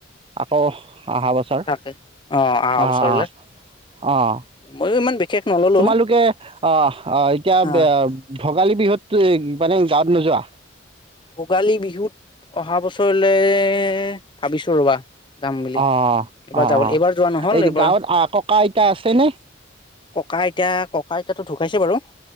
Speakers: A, on the right (about 30°); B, on the left (about 25°).
A: আকৌ অহা বছৰ
B: তাকেই অ অহা
A: অঁ
B: বছৰলে
A: অঁ অঁ
B: ময়ো ইমান বিশেষ নললো
A: তোমালোকে আহ অহ এতিয়া
B: অ
A: বে এ ভোগালী বিহুত তো মানে গাঁৱত নোযোৱা
B: ভোগালী বিহুত অহা বছৰলে ভাবিছো ৰবা যাম বুলি
A: অ
B: এবাৰ
A: অ অ
B: যাব
A: অ
B: এইবাৰ যোৱা নহল
A: এই
B: এইবাৰ
A: গাঁৱত আহ ককা আইতা আছে নে
B: ককা আইতা ককা আইতাতো ঢুকাইছে বাৰু